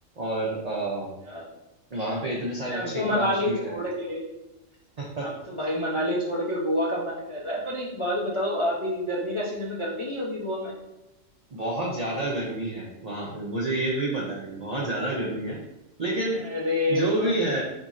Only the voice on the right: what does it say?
और आ,
वहाँ पे इतने सारे
अच्छे
क्लब्स भी हैं
<laughs>
बहुत ज्यादा गर्मी है वहां पे मुझे ये भी पता है बहुत ज्यादा गर्मी है लेकिन
जो
भी है